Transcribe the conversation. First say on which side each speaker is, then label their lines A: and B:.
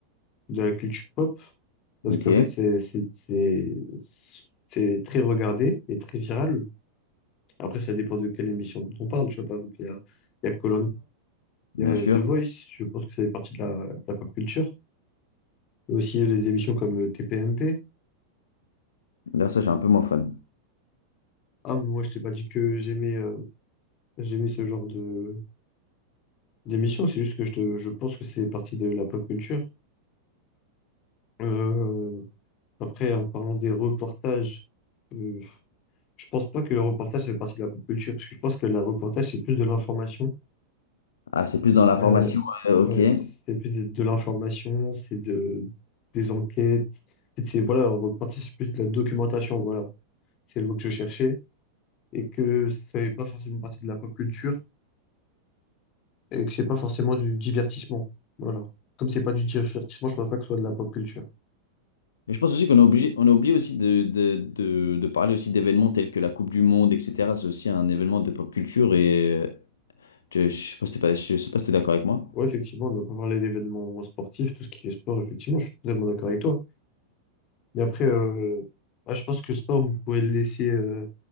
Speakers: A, on the left (about 35°); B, on the left (about 65°).
A: de la culture pop. Parce
B: Ok,
A: qu'en fait, c'est, c'est, c'est, c'est très regardé et très viral. Après, ça dépend de quelle émission dont on parle. Tu vois, par exemple, il y a, il y a koh
B: bien
A: il y a
B: sûr.
A: The Voice. Je pense que ça fait partie de la, de la pop culture. Il y a aussi les émissions comme euh, TPMP.
B: D'ailleurs, ça, j'ai un peu moins fun.
A: Ah, mais moi, je t'ai pas dit que j'aimais euh, j'aimais ce genre de d'émission. C'est juste que je, te- je pense que c'est partie de la pop culture. Euh, après, en parlant des reportages, euh, je pense pas que le reportage ça fait partie de la pop culture parce que je pense que le reportage c'est plus de l'information
B: Ah, c'est plus dans la formation,
A: Euh,
B: euh,
A: ouais,
B: ok. Et
A: c'est plus de, de l'information, c'est de, des enquêtes. En fait, C'est, voilà, on repartit plus de la documentation, voilà. C'est le mot que je cherchais. Et que ça n'est pas forcément partie de la pop culture et que c'est pas forcément du divertissement. Voilà. Comme c'est pas du divertissement, je pense pas que ce soit de la pop culture.
B: je pense aussi qu'on est obligé, on a oublié aussi de, de, de, de parler aussi d'événements tels que la Coupe du Monde, etc. C'est aussi un événement de pop culture et... euh, Je, je sais pas si t'es pas- je sais pas si t'es d'accord avec moi.
A: Ouais, effectivement, on ne doit pas parler d'événements sportifs, tout ce qui est sport, effectivement, je suis totalement d'accord avec toi. Mais après, euh, bah, je pense que sport, vous pouvez le laisser euh,